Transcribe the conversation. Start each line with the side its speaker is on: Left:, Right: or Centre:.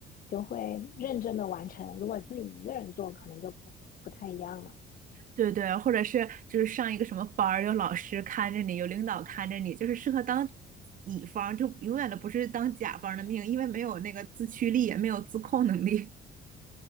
Left: 就会认真的完成。如果自己一个人做，可能就不不太一样了。
Right: 对对，或者是就是上一个什么班儿，有老师看着你，有领导看着你，就是适合当乙方，就永远都不是当甲方的命，因为没有那个自驱力，也没有自控能力。